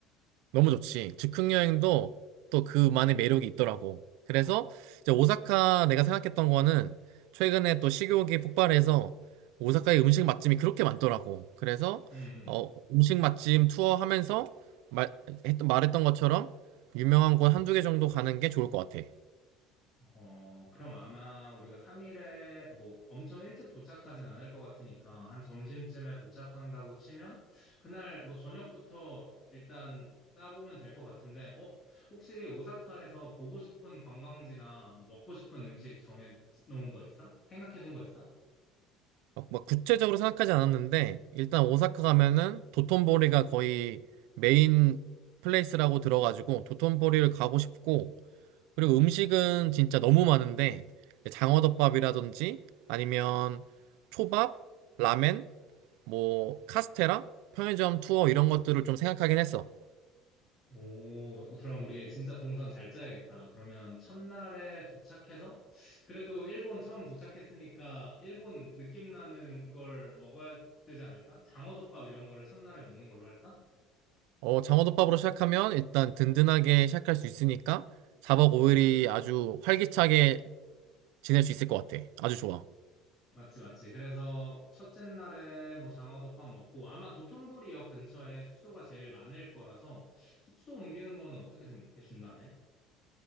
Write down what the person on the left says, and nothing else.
응, 응.
어, 그럼 아마 우리가 3일에 뭐 엄청 일찍 도착하진 않을 것 같으니까 한 점심쯤에 도착한다고 치면 그날 뭐 저녁부터 일단 짜보면 될 것 같은데, 어? 혹시 오사카에서 보고 싶은 관광지나 뭐 먹고 싶은 음식 정해 놓은 거 있어? 생각해 둔 거 있어?
오, 그럼 우리 진짜 동선 잘 짜야겠다. 그러면 첫날에 도착해서, 그래도 일본 처음 도착했으니까 일본 느낌 나는 걸 먹어야 되지 않을까? 장어덮밥 이런 거를 첫날에 먹는 걸로 할까?
맞지, 맞지. 그래서 첫째 날에 뭐 장어덮밥 먹고, 아마 도톤보리역 근처에 숙소가 제일 많을 거라서 숙소 옮기는 거는 어떻게 생각해? 중간에?